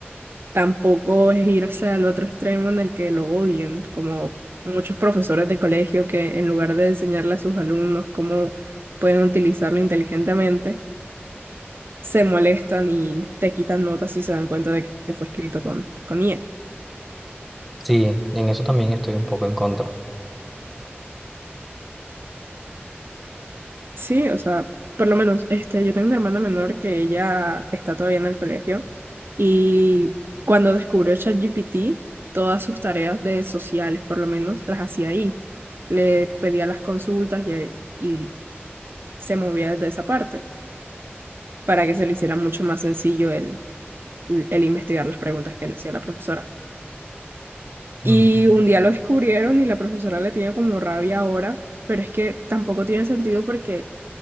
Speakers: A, on the right (about 60°); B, in the centre.
A: tampoco es irse al otro extremo en el que lo odien, como muchos profesores de colegio que en lugar de enseñarle a sus alumnos cómo pueden utilizarlo inteligentemente, se molestan y te quitan notas si se dan cuenta de que fue escrito con, con IA.
B: Sí, en eso también estoy un poco en contra.
A: Sí, o sea, por lo menos este, yo tengo una hermana menor que ella está todavía en el colegio y cuando descubrió ChatGPT, todas sus tareas de sociales, por lo menos, las hacía ahí le pedía las consultas y, y se movía desde esa parte para que se le hiciera mucho más sencillo el, el investigar las preguntas que le hacía la profesora.
B: Mm,
A: Y un día lo descubrieron y la profesora le tiene como rabia ahora, pero es que tampoco tiene sentido porque